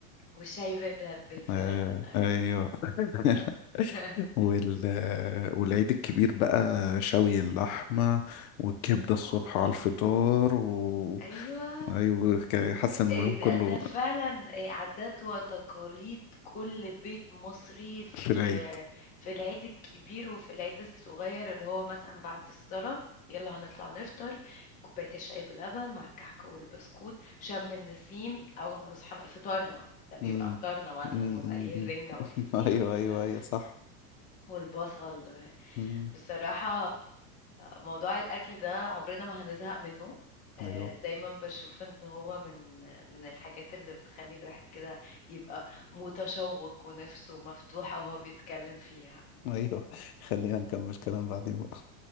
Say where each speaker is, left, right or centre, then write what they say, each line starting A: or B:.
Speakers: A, on the left; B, on the left.
A: والشاي بال- بال-
B: آه،
A: بلبن أيوه
B: ايوه <laughs>
A: <laughs>
B: وال... والعيد الكبير بقى شوي اللحمة والكبدة الصبح
A: اه
B: على الفطار و...
A: ايوه
B: ايوه ك- حاسس ان اليوم
A: ده
B: كله
A: ده فعلا إيه، عادات وتقاليد كل بيت مصري في
B: في العيد
A: في العيد الكبير وفي العيد الصغير اللي هو مثلا بعد الصلاة يلا هنطلع نفطر كوباية الشاي بلبن مع الكحك والبسكوت شم النسيم أول ما نصحى فطارنا ده بيبقى
B: مم.
A: فطارنا مثلا
B: مم.
A: اللي هو
B: مم.
A: ايه
B: مم.
A: الرنجة
B: <laughs>
A: والفسيخ
B: ايوه
A: وال-
B: ايوه ايوه صح
A: والبصل
B: مم.
A: بصراحة موضوع الأكل ده عمرنا ما هنزهق منه آه،
B: ايوه
A: دايما بشوف ان هو من من الحاجات اللي بتخلي الواحد كده يبقى متشوق ونفسه مفتوحة وهو بيتكلم فيها
B: ايوه <laughs> خلينا نكمل كلام بعدين بقى